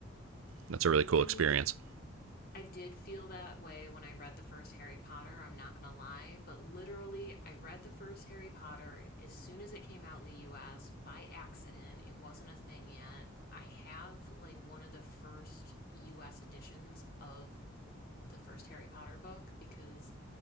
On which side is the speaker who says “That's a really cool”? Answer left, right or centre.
Right